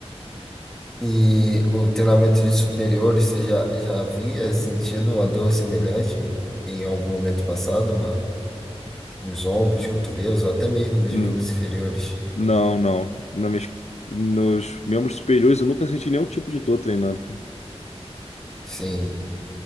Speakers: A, in the centre; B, on the left.
A: E o treinamento de superiores, você já, já havia sentido uma dor semelhante em algum momento passado, uma, nos ombros, cotovelos, ou até mesmo nos
B: N-
A: membros inferiores?
B: Não, não. Na minhas, nos membros superiores eu nunca senti nenhum tipo de dor treinando, cara.
A: Sim.